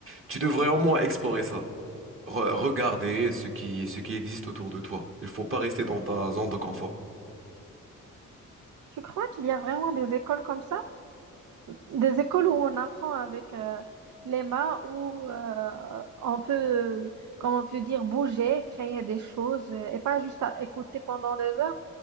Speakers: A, on the right; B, on the right.
A: Tu devrais au moins explorer ça. Re- regarder ce qui, ce qui existe autour de toi. Il faut pas rester dans ta zone de confort.
B: Tu crois qu'il y a vraiment des écoles comme ça? Des écoles où on apprend avec euh, les mains, où euh, on peut, comme on peut dire, bouger, créer des choses euh, et pas juste à écouter pendant des heures.